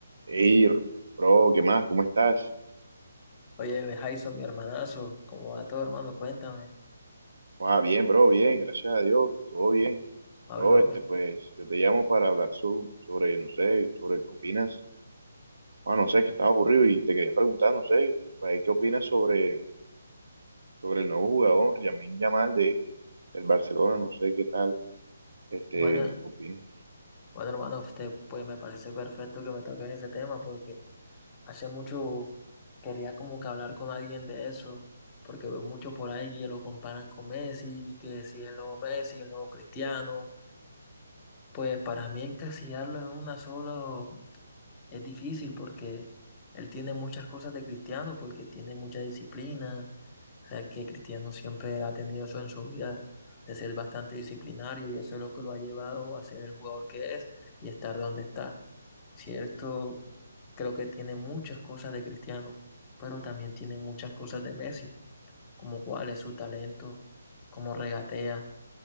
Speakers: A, on the right (about 80°); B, on the left (about 20°).
A: Ey, bro, ¿qué más? ¿Cómo estás?
B: Oye, Jason, mi hermanazo, ¿cómo va todo, hermano? Cuéntame.
A: Ah, bien, bro, bien, gracias a Dios, todo bien.
B: Amigo,
A: Bro, este, pues, yo te llamo para hablar so- sobre, no sé, sobre qué opinas. Ah, no sé, que estaba aburrido y te quería preguntar, no sé, pues, ¿qué opinas sobre, sobre el nuevo jugador, Lamine Yamal, de, del Barcelona? No sé qué tal, este,
B: Bueno,
A: opinas.
B: bueno, hermano, usted, pues me parece perfecto que me toques ese tema porque hace mucho quería como que hablar con alguien de eso, porque veo mucho por ahí que lo comparan con Messi, y que si es el nuevo Messi, el nuevo Cristiano, pues para mí encasillarlo en una sola, Es difícil porque él tiene muchas cosas de cristiano, porque tiene mucha disciplina. O sea, que Cristiano siempre ha tenido eso en su vida, de ser bastante disciplinario, y eso es lo que lo ha llevado a ser el jugador que es y estar donde está. Cierto, creo que tiene muchas cosas de Cristiano, pero también tiene muchas cosas de Messi, como cuál es su talento, cómo regatea,